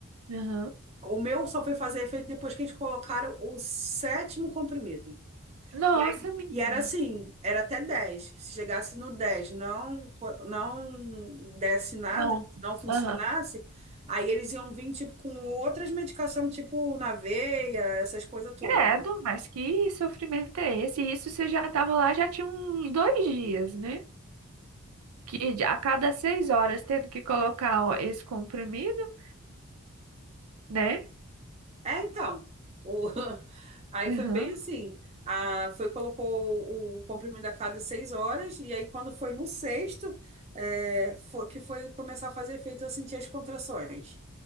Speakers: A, on the right; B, on the right.
A: Aham.
B: o meu só foi fazer efeito depois que eles colocaram o sétimo comprimido.
A: Nossa,
B: E, aí-
A: menina.
B: e era assim, era até 10. Se chegasse no 10, não, co- não desse nada,
A: Não.
B: não funcionasse,
A: Aham.
B: aí eles iam vir tipo, com outras medicações, tipo na veia, essas coisas todas.
A: Credo, mas que sofrimento é esse? Isso você já estava lá, já tinha uns dois dias, né? Que de- a cada seis horas tendo que colocar ó, esse comprimido, né?
B: É, então. O- <laughs> Aí foi
A: Aham,
B: bem assim. A... Foi, colocou o comprimido a cada seis horas, e aí quando foi no sexto, é, foi- que foi começar a fazer efeito, eu senti as contrações.